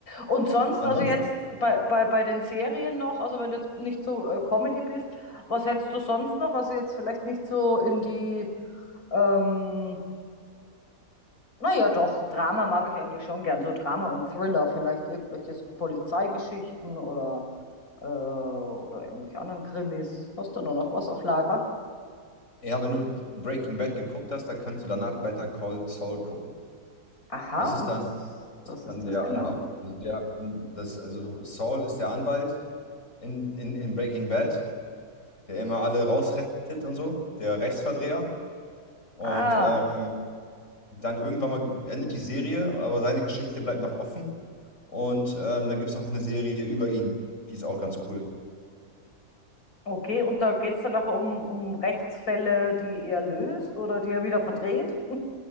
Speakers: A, on the left; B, on the left.
A: Und sonst,
B: ansonsten
A: also jetzt bei, bei, bei den Serien noch, also wenn du jetzt nicht so äh, Comedy bist, was hättest du sonst noch? Also jetzt vielleicht nicht so in die, ähm, naja doch, Drama mag ich eigentlich schon gern, so Drama und Thriller, vielleicht irgendwelche so Polizeigeschichten oder, äh, oder irgendwelche anderen Krimis. Hast du da noch was auf Lager?
B: Ja, wenn du Breaking Bad geguckt hast, dann kannst du danach Better Call Saul gucken.
A: Aha,
B: Das ist
A: und
B: dann,
A: was, was
B: dann
A: ist
B: der
A: das genau?
B: Anwalt. Also, der, hm, das, also Saul ist der Anwalt in, in, in Breaking Bad, der immer
A: Hm.
B: alle rausrettet und so, der Rechtsverdreher. Und
A: Ah.
B: ähm, dann irgendwann mal endet die Serie, aber seine Geschichte bleibt noch offen. Und ähm, dann gibt es noch eine Serie über ihn. Die ist auch ganz cool.
A: Okay, und da geht es dann nachher um, um Rechtsfälle, die er löst oder die er wieder verdreht?